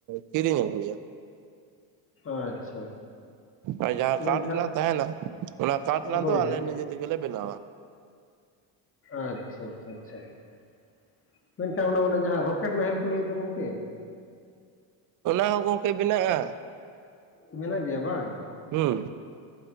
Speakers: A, on the right; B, on the left.
A: ᱠᱤᱨᱤᱧ ᱟᱹᱜᱩᱭᱟ᱾
B: ᱟᱪᱪᱷᱟ
A: ᱟᱨ ᱡᱟᱦᱟᱸ
B: ᱢᱮᱱᱠᱷᱟᱱ
A: ᱠᱟᱴ ᱨᱮᱱᱟᱜ ᱛᱟᱦᱮᱱᱟ᱾ ᱚᱱᱟ ᱠᱟᱴᱷ ᱨᱮᱱᱟᱜ
B: ᱦᱳᱭ
A: ᱫᱚ ᱟᱞᱮ
B: ᱦᱳᱭ
A: ᱱᱤᱡᱮ ᱛᱮᱜᱮ ᱞᱮ ᱵᱮᱱᱟᱣᱟ᱾
B: ᱟᱪᱪᱷᱟ, ᱟᱪᱪᱷᱟ, ᱟᱪᱷᱟ ᱾ ᱢᱮᱱᱠᱷᱟᱱ ᱚᱱᱟ ᱚᱱᱮ ᱡᱟᱦᱟᱸ ᱨᱚᱠᱮᱴ ᱱᱟᱦᱮᱞ ᱠᱚ ᱞᱟᱹᱭ ᱮᱫ ᱫᱚ ᱜᱚᱝᱠᱮ᱾
A: ᱚᱱᱟ ᱦᱚᱸ ᱜᱚᱝᱠᱮ ᱵᱮᱱᱟᱜᱼᱟ᱾
B: ᱢᱮᱱᱟᱜ ᱜᱮᱭᱟ ᱵᱟᱝ?
A: ᱦᱩᱸ